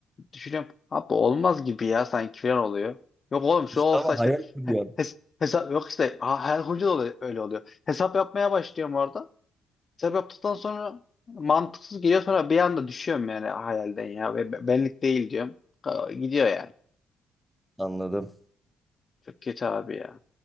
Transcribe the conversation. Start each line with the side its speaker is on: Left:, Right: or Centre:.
Left: Düşünüyorum. Abi olmaz gibi ya sanki falan oluyor. Yok oğlum şu
Centre: İşte
Left: olsa
Centre: ama
Left: işte
Centre: hayal kuruyor.
Left: he- hes- hesap yok işte ha- her hoca da oluyor- öyle oluyor. Hesap yapmaya başlıyorum orada. Hesap yaptıktan sonra mantıksız geliyor sonra bir anda düşüyorum yani hayalden ya. Ve be- benlik değil diyorum. Ka- Gidiyor yani.
Centre: Anladım.
Left: Çok kötü abi ya.